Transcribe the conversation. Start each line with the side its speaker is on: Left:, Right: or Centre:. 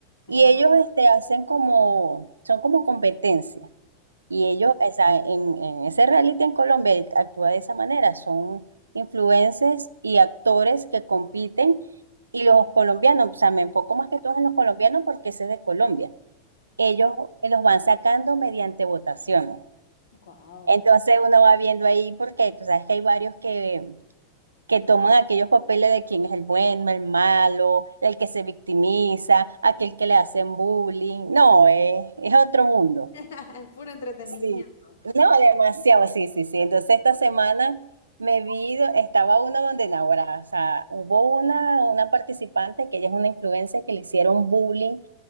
Right: Y
Left: Ah,
Right: ellos este, hacen como, son como competencia. Y ellos, o sea, en, en ese reality en Colombia él actúa de esa manera. Son influencers y actores que compiten. Y los colombianos, o sea, me enfoco más que todos en los colombianos porque ese es de Colombia. Ellos eh, los van sacando mediante votaciones.
Left: Wow.
Right: Entonces uno va viendo ahí porque tú sabes que hay varios que que toman aquellos papeles de quién es el bueno, el malo, el que se victimiza, aquel que le hacen bullying. No, es, es otro mundo.
Left: <laughs> puro entretenimiento.
Right: Sí, no, demasiado, sí, sí, sí. Entonces esta semana me vi, estaba una donde Naguará, o sea, hubo una, una participante que ella es una influencer que le hicieron bullying